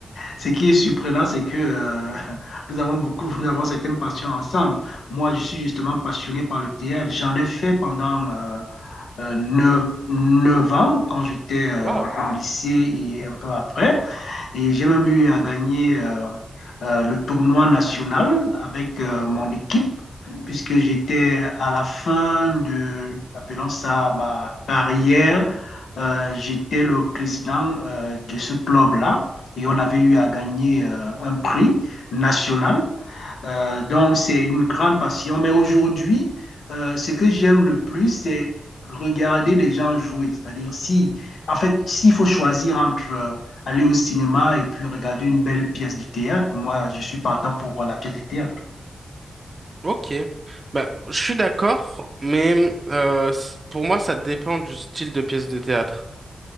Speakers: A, on the left; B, on the right.
A: ce qui est surprenant, c'est que euh, <laughs> nous avons beaucoup, nous avons certaines passions ensemble. Moi, je suis justement passionné par le théâtre. J'en ai fait pendant euh, euh, 9 9 ans quand j'étais euh,
B: Waouh.
A: au lycée et un peu après. Et j'ai même eu à gagner euh, euh, le tournoi national avec euh, mon équipe, puisque j'étais à la fin de, appelons ça ma carrière, euh, j'étais le président euh, de ce club-là. Et on avait eu à gagner euh, un prix national euh, donc, c'est une grande passion. Mais aujourd'hui, euh, ce que j'aime le plus, c'est regarder des gens jouer. C'est-à-dire, si, en fait, s'il faut choisir entre euh, aller au cinéma et puis regarder une belle pièce de théâtre, moi, je suis partant pour euh, la pièce de théâtre.
B: Ok. Bah, je suis d'accord, mais mm, euh, c- pour moi, ça dépend du style de pièce de théâtre.